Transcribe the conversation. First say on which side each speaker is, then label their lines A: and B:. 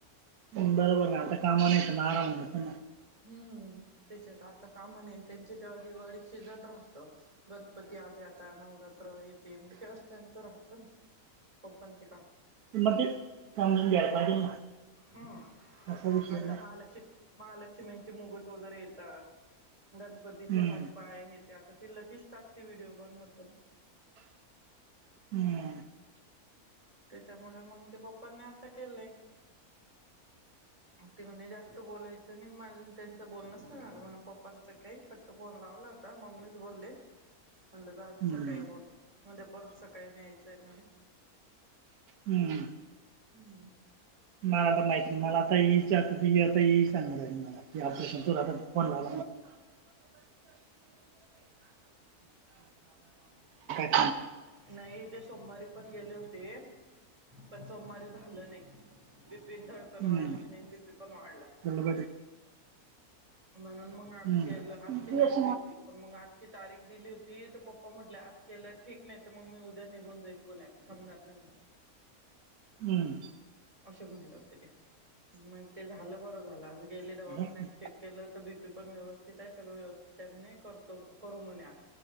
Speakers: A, on the right; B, on the right.
A: बरोबर आहे आता कामाने येत नारा ना
B: हम्म त्याच्या तर आता का म्हणेल त्यांचे तेव्हा दिवाडीशीजण राहत गणपती आले आता नवरात्र येते मग तेव्हाच त्यां राहत प पच
A: मग ते समजून घ्यायला पाहिजे ना
B: हम्म
A: असा विषय
B: आता
A: ना
B: महालक्ष् महालक्ष् मेचे मुगट वगैरे येतात गणपतीचे
A: हम्म
B: हात पाय हे ते आता ते लतीश टाक ते व्हिडिओ बनवतात
A: हम्म
B: त्याच्यामुळे मग ते पप्पांनी आता केलंय
A: ह
B: ती म्हणजे जास्त बोलायचं नाही माजून त्यांचं बोलणंच नाही झालं म्हणा पप्पांचां काही फक्त फोन लावला होता मम्मीच बोलले आलं जाऊ दे
A: हम्म
B: सकाळी बोलून म्हणजे परत सकाळी न्यायचंय म्हणे
A: हम्म
B: हम्म
A: मला तर माहिित नाही मला आताच आता सांगणार मला कीशन तुला आ फोनला <inaudible> <unintelligible>
B: नाही तेे सोमवारी पण गेले होते पण सोमवारी झालं नाही दिपती धड पण
A: हम्म
B: वाढली म्ह दपती पण वाढला
A: बोललं पाहिजे
B: म्हणून मग
A: हम्म
B: आज केलं आजची
A: हम्म
B: तारीख दिली हो त पण मग आजची तारीख दिली होती तर पप्पा म्हटले आज केलं ठीक नाही तर मग मी उद्या निघून जाईन पुण्यात थांबणार नाही म्ह
A: हम्म
B: असे म्हटले होते ते मग ते झालं बरं झालं आज गेली दवाखान्यात
A: हम्म
B: चेक केलं तर बीपी पण व्यवस्थित आहे सगळं व्यवस्थित त्यांने करतो करू म आ